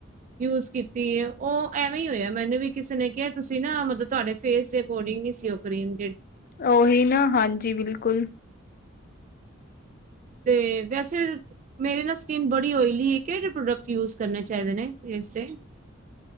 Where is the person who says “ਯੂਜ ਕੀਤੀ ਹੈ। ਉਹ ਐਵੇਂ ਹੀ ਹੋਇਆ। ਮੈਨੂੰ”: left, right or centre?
Right